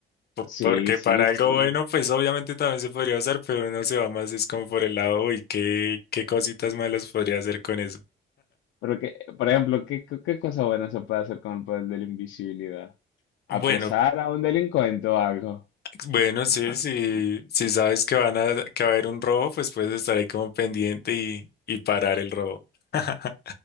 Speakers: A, on the left (about 55°); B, on the left (about 75°).
A: po-
B: Sí,
A: Porque
B: sí,
A: para algo
B: sí.
A: bueno, pues obviamente también se podría usar, pero uno se va más, es como por el lado, uy, qué, qué cositas malas podría hacer con eso.
B: Porque, por ejemplo, ¿qué, qué, qué cosa buena se puede hacer con pues, el poder de la invisibilidad? ¿Apresar
A: Bueno,
B: a un delincuente o algo?
A: pues, bueno,
B: <laughs>
A: sí, sí, si sabes que van a, que va a haber un robo, pues puedes estar ahí como pendiente y, y parar el robo. <laughs>